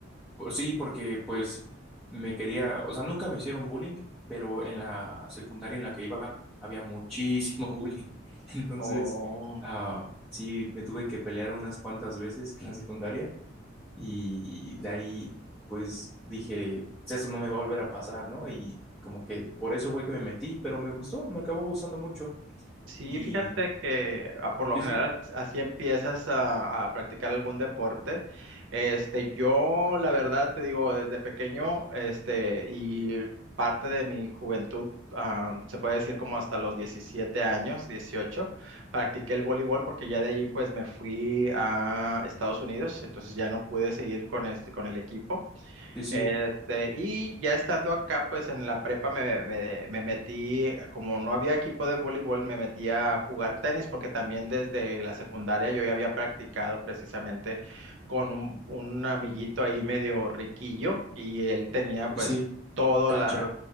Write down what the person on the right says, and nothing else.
Oh.
Sí,
fíjate que ah, por
lo general
así empiezas a, a practicar algún deporte. Este, yo la verdad te digo, desde pequeño, este, y parte de mi juventud, ah, se puede decir como hasta los 17 años, 18, practiqué el voleibol porque ya de ahí pues me fui a Estados Unidos, entonces ya no pude seguir con este, con el equipo.
Este, y ya estando acá, pues en la prepa me, me- me metí, como no había equipo de voleibol, me metí a jugar tenis, porque también desde la secundaria yo ya había practicado precisamente con un, un amiguito ahí medio riquillo, y él tenía pues
todo
la,